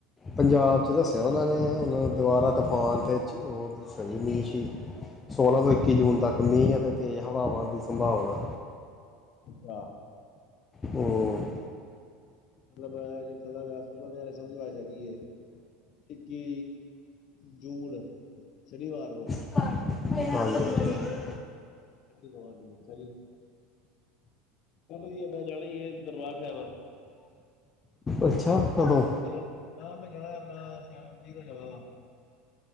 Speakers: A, on the left; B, on the left.
A: ਪੰਜਾਬ 'ਚ ਦੱਸਿਆ ਉਨਾਂ ਨੇ ਹੁਨ ਦੁਬਾਰਾ ਤੂਫਾਨ ' ਉ ਦੱਸਿਆ ਸੀ ਮੀਸ਼ਨ ਸੀ। ਸੋਲਾਂ
B: ਅੱਛਾ
A: ਤੋਂ ਇੱਕੀ
B: ਜੀ
A: ਜੂਨ ਤੱਕ ਮੀਂ ਅਤੇ ਤੇਜ਼ ਹਵਾਵਾਂ ਦੀ ਸੰਭਾਵਨਾ
B: ਅੱਛਾ।
A: ਹੂੰ।
B: ਮਤਲਬ ਜਿੱਥੋਂ ਦੀ ਆਵਾਜ਼ <unintelligible> ਹੈਗੀ ਏ। ਇੱਕੀ ਜੂਨ, ਸ਼ਨੀਵਾਰ ਨੂੰ
A: ਹਾਂਜੀ।
B: <unintelligible> ਚ ਵਧੀਆ ਮੈਂ ਜਾਣਾ ਈ ਏ ਦਰਬਾਰ ਸਾਹਿਬ।
A: ਅੱਛਾ ਕਦੋਂ।
B: ਚਲੋ ਹਾਂ ਮੈਂ ਜਾਣਾ ਆਪਣਾ ਸਾਨਤੀ ਨਾਲ ਜਾਵਾਗਾ।